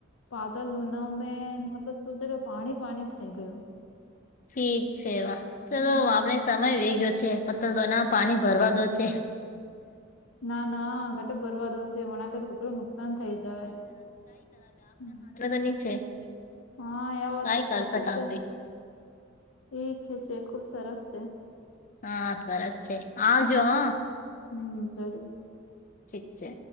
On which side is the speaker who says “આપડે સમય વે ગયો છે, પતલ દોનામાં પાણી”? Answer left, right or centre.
Left